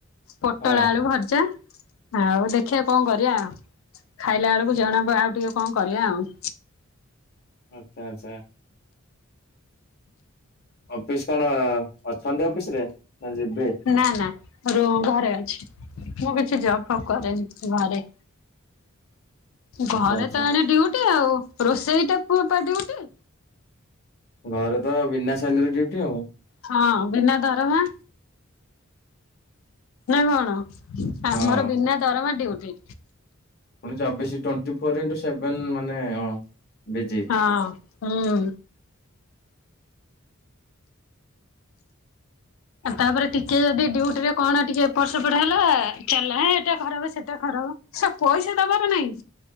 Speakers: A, on the left; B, on the left.
A: ପୋଟଳ
B: ହଁ
A: ଆଳୁ ଭଜା। ଆଉ ଦେଖିବା କଣ କରିବା ଖାଇଲା ବେଳକୁ ଜଣାବ ଆଉ ଟିକେ କଣ କରିବା ଆଉ।
B: ଆଚ୍ଛା ଆଚ୍ଛା। ଅଫିସ କଣ ଅଛନ୍ତି ଅଫିସ ରେ ନା ଯିବେ।
A: ନା ନା ର ଘରେ ଅଛି। ମୁଁ କିଛି ଜବ୍ ଫବ୍ କରେନି ଘରେ।
B: ଆଚ୍ଛା
A: ଘରେ
B: ଆଚ୍ଛା
A: ତ ଆଣେ ଡଉଟି ଆଉ ରୋଷେଇ ଟା ମୋର ପା ଡିଉଟି।
B: ଘରେ ତ ବିନା ସାଲିରରେ ଡିଉଟି ଆଉ।
A: ହଁ ବିନା ଦରମା। ନା କଣ
B: ହଁ।
A: ଆମର ବିନା ଦରମା ଡ଼ିଉଟି।
B: ପୁଣି ଚବିଶ ଟ୍ବେଣ୍ଟି ଫୋର୍ ଇଣ୍ଟି ସେଭେନ ମାନେ ଅନ୍ ବିସୀ।
A: ହଁ ହୁଁ।
B: <inaudible>
A: ଆଉ ତାପରେ ଟିକେ ଯଦି ଡିଉଟିରେ କଣ ଟିକେ ଏପଟ ସେପଟ ହେଲା ଚାଲିଲା ହେ ଏଟା ଖରାପ ସେଟା ଖରାପ। ସେ ପଇସା ଦବାର ନାଇଁ।